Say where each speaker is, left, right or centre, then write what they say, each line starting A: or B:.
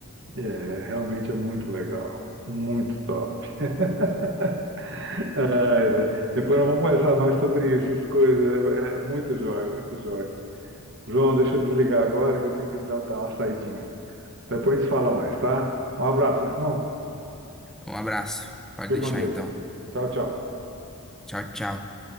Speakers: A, on the right; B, in the centre.
A: é, realmente é muito legal. Muito top. <laughs> Ai, né? Depois nós vamos conversar mais sobre isso, essas coisas. É, é muito jóia, muito jóia. João, deixa eu desligar agora que eu tenho que dar, dar uma saidinha. Depois a gente fala mais, tá? Um abraço, meu irmão.
B: Um abraço. Pode
A: Fique
B: deixar
A: com Deus.
B: então.
A: Tchau, tchau.
B: Tchau, tchau.